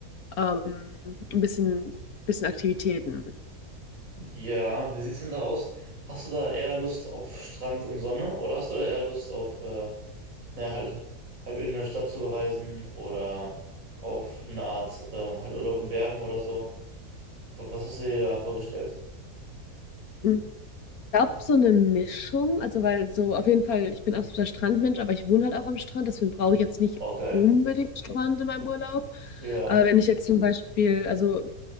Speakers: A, on the left (about 65°); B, on the right (about 55°).
A: ähm, ein bisschen, bisschen Aktivitäten.
B: Ja, wie sieht's denn da aus? Hast du da eher Lust auf Strand und Sonne oder hast du da eher Lust auf, äh, naja, halt, halt irgendeine Stadt zu bereisen oder auf eine Art, ähm, halt Urlaub in Bergen oder so? Wa- Was hast du dir da vorgestellt?
A: Ich glaube, so eine Mischung, also weil so auf jeden Fall, ich bin absoluter Strandmensch, aber ich wohne halt auch am Strand, deswegen brauche ich jetzt nicht
B: Oh, geil.
A: unbedingt Strand in meinem Urlaub.
B: Ja,
A: Aber wenn ich jetzt zum Beispiel, also